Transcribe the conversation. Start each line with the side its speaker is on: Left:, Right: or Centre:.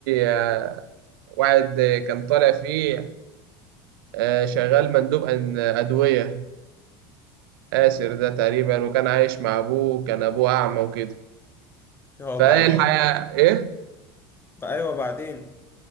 Right: آه، واحد آه، كان طالع فيه آه، شغال مندوب أن- أدوية آسر ده تقريبا وكان عايش مع أبوه كان أبوه أعمى وكده
Left: هو
Right: فإيه
Left: بعدين
Right: يا الحياة إيه؟
Left: بقى أيوه بعدين